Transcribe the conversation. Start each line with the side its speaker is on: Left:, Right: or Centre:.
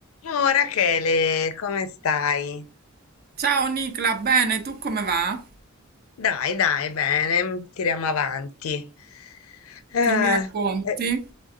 Left: Oh, Rachele, come stai?
Right: Ciao Nicla, bene, tu come va?
Left: Dai, dai, bene, mm, tiriamo avanti. Eh,
Right: Che mi racconti?
Left: eh,